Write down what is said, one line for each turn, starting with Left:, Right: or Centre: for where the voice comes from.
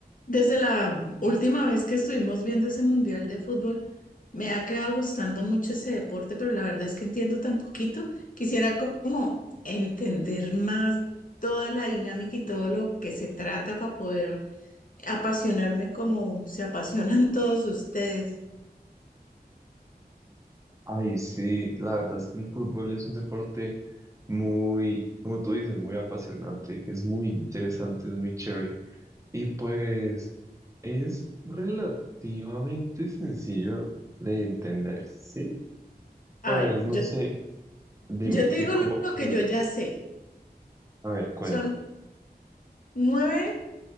Left: Desde la última vez que estuvimos viendo ese mundial de fútbol, me ha quedado gustando mucho ese deporte, pero la verdad es que entiendo tan poquito. Quisiera como entender más toda la dinámica y todo lo que se trata para poder apasionarme como se apasionan <laughs> todos ustedes.
Right: Ay, sí, la verdad es que el fútbol es un deporte muy, como tú dices, muy apasionante, es muy interesante, es muy chévere. Y pues es relativamente sencillo de entender, ¿sí?
Left: A
Right: Pues
Left: ver,
Right: no
Left: yo,
Right: sé, dime
Left: yo te
Right: qué,
Left: digo
Right: cómo
Left: lo, lo que
Right: quedas.
Left: yo ya sé.
Right: A ver, cuenta.
Left: Son nueve